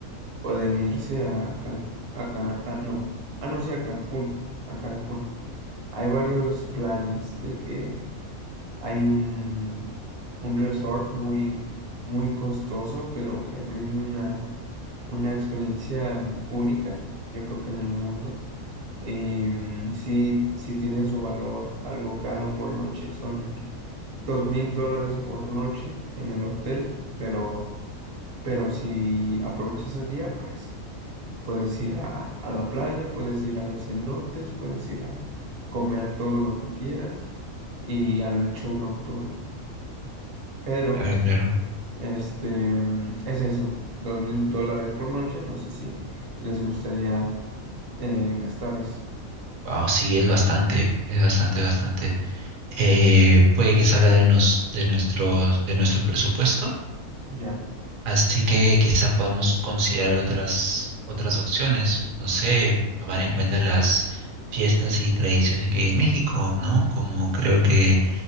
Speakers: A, on the right; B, on the right.
A: pueden irse a Cancún, a Can- a- no, ah, no, sí, a Cancún, a Cancún. Hay varios planes de que Hay un, un resort muy, muy costoso, pero que brinda una, una experiencia mm, única, yo creo que en el mundo. Em, sí, sí tiene su valor algo caro por noche, son dos mil dólares por noche en el hotel, pero, pero si aprovechas el día, pues puedes ir a, a a la playa, puedes ir a los cenotes, puedes ir a comer todo lo que quieras y al show nocturno. Pero,
B: Claro, claro.
A: este, mm, es eso, dos mil dólares por noche. No sé si les gustaría eh, gastar eso.
B: Wow, sí, es bastante, es bastante, bastante. eh, puede que salga de, nos- de, nuestro, de nuestro presupuesto,
A: Ya,
B: así que quizá podamos considerar otras, otras opciones, no sé, tomar en cuenta las fiestas y tradiciones que hay en México, ¿no? Como creo que